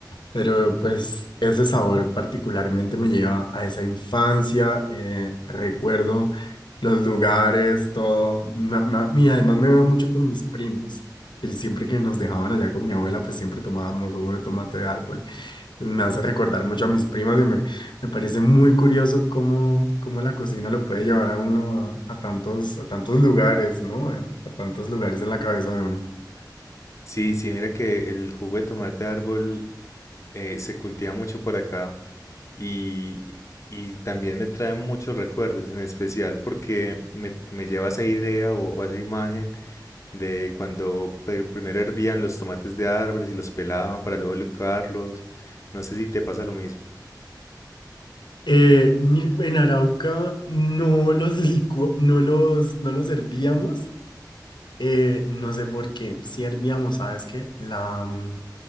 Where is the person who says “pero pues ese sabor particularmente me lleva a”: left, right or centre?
Left